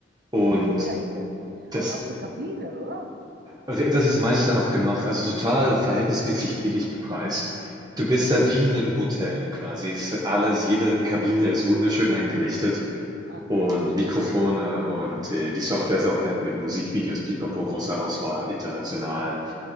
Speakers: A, on the right (about 20°); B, on the right (about 55°).
A: Und
B: An jeder Ecke.
A: das,
B: Und auch so Kabinen, oder?
A: das
B: Das
A: ist
B: meiste.
A: meisterhaft gemacht, also total verhältnismäßig billig bepreist. Du bist
B: Aha.
A: da wie in einem Hotel quasi. Es ist alles, jede Kabine ist wunderschön eingerichtet
B: Ah, Okay.
A: und Mikrofone und äh, die Software ist auch nett mit Musikvideos, Pipapo, großer Auswahl, international.
B: Mhm.